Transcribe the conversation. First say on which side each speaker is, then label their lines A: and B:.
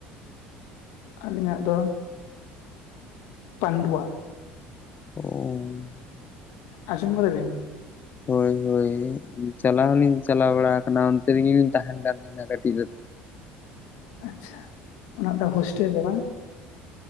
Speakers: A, on the left; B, on the left.
A: ᱟᱹᱞᱤᱧᱟᱜ ᱫᱚ ᱯᱟᱸᱰᱩᱣᱟ
B: ᱚ
A: ᱟᱸᱡᱚᱢ ᱠᱟᱫᱟ ᱵᱤᱱ
B: ᱦᱳᱭ ᱦᱳᱭ ᱪᱟᱞᱟᱣ ᱦᱚᱞᱤᱧ ᱪᱟᱞᱟᱣ ᱵᱟᱲᱟ ᱟᱠᱟᱱᱟ ᱚᱱᱛᱮ ᱨᱮᱜᱮᱞᱤᱧ ᱛᱟᱦᱮᱱ ᱠᱟᱱ ᱛᱟᱦᱮᱱᱟ ᱠᱟᱹᱴᱤᱡ ᱨᱮᱫᱚ
A: ᱟᱪᱪᱷᱟ ᱚᱱᱟ ᱢᱤᱫ ᱴᱟᱝ ᱦᱳᱥᱴᱮᱞ ᱨᱮ ᱵᱟᱝ